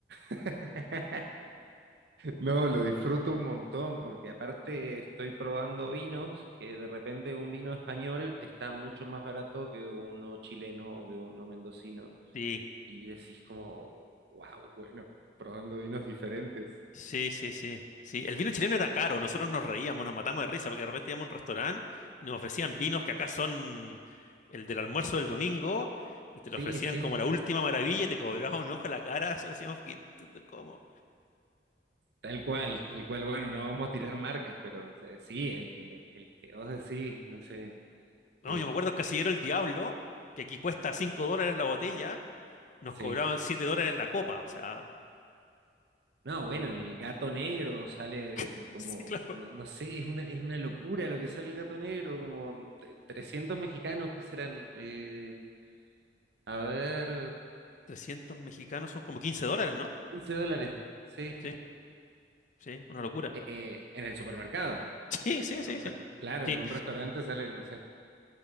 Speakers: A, on the right; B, on the left.
A: <laughs> No, lo disfruto un montón, porque aparte estoy probando vinos, que de repente un vino español está mucho más barato que uno chileno o que uno mendocino.
B: Sí,
A: y decís como, wow, bueno, probando vinos diferentes.
B: Sí, sí, sí. Sí, el vino chileno era caro, nosotros nos reíamos, nos matamos de risa, porque de repente íbamos a un restaurante y nos ofrecían vinos que acá son el del almuerzo del domingo, y te
A: Sí,
B: lo ofrecían
A: sí,
B: como la última maravilla y te cobraban un ojo a la cara, <laughs> eso decíamos que, ¿cómo?
A: tal cual, tal cual. Bueno, no vamos a tirar marcas, pero o sí, el que, el que vos decís, no sé,
B: No,
A: eh,
B: yo me acuerdo el Casillero el Diablo, que aquí cuesta 5 dólares la botella, nos
A: sí.
B: cobraban 7 dólares la copa, o sea,
A: No, bueno, el gato negro sale
B: <laughs>
A: como,
B: sí, claro,
A: no, no sé, es una, es una locura lo que sale el gato negro, como tre- 300 mexicanos, ¿qué serán? Eh, a ver,
B: Trescientos mexicanos son como 15 dólares, ¿no?
A: 15 dólares, sí,
B: Sí, sí, una locura.
A: eh,
B: <laughs>
A: en el supermercado.
B: Sí, sí,
A: En
B: sí,
A: un rest-
B: sí.
A: claro,
B: Sí,
A: en un restaurante sale, no sé,